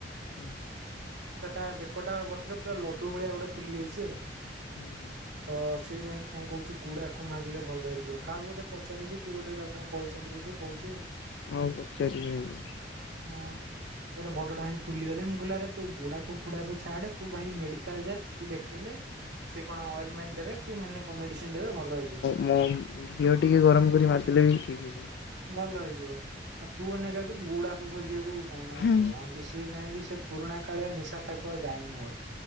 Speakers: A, on the left; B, on the right.
A: ହୁଁ।
B: ତା ତା ବେକଟା କତିରେ ପୁରା ଲଡୁ ଭଳିଆ ଗୋଟେ ଫୁଲି ଯାଇଛି ଆଉ।
A: ହୁଁ, ହୁଁ।
B: ତ ସିଏ ଯାଇଙ୍କି କଣ କଉଚି ଗୁଡାକୁ ମାରିଲେ ଭଲ ହେଇଯିବ। କାହାକୁ ବୋଧେ ପଚାରିଚି, କିଏ ବୋଧେ ତାକୁ କଣ କଇଛନ୍ତି ବୋଧେ କଉଚି ଆଉ।
A: ହଁ ପଚାରିବି ନହେଲେ।
B: ହଁ, ସେଇଟା ବ ଡ଼ଟା ହେଇଁ ଫୁଲିଗଲାଇ, ମୁଁ କଇଲି ଆରେ ତୁ ଗୁଡାକୁ ଫୁଡାକୁ ଛାଡେ, ତୁ ଭାଇ ମେଡିକାଲ ଯା ସେଠି ଦେଖେଇଲେ ସେ କଣ ଅଏଲମେଣ୍ଟ ଦେବେ, କି ମାନେ କଣ ମେଡ଼ିସିନ ଦେବେ, ଭଲ ହେଇଯିବ।
A: ମୋ, ଘିଅ ଟିକେ ଗରମ କରି ମାରିଦେଲେ ବି ଠିକ୍ ହେଇଯିବ।
B: ଭଲ ହେଇଯିବ, ଆଉ ତୁ ଏଇନା ଯାଉଛୁ ଗୁଡାକୁ ଖୋଜିଆକୁ, କଣ ଆଉ
A: ହୁଁ
B: କହନ୍ତି ସିଟି ସିଏ ଯାଇଁକି ସେ ପୁରୁଣା କାଳିଆ ନିଶା ତାକୁ ଆଉ ଯାଇନି ଆଉ।